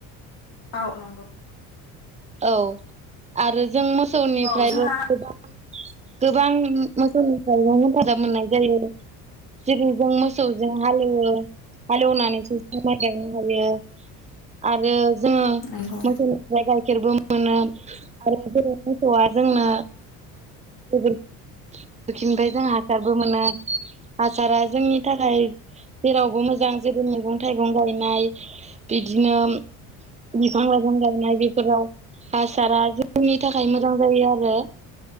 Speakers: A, on the left; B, on the right.
A: औ नंगौ
B: औ आरो जों मोसौनिफ्रायबो
A: औ जोंहा
B: गोबां गोबां मोसौनिफ्रायनो हेफाजाब मोननाय जायो जेरै जों मोसौजों हालेवो हालेवनानैसो जों माइ गायनो हायो आरो जोङो
A: नंगौ
B: मोसौनिफ्राय गाइखेर बो मोनो आरो जेरै मोसौआ जोंनो गोबोरखिनिफ्राय जों हासारबो मोनो हासारा जोंनि थाखाय जेरावबो मोजां जेरै मैगं थाइगं गायनाय बिदिनो बिफां लाइफां गायनाय बे फोराव हासारा जोंनि थाखाय मोजां जायो आरो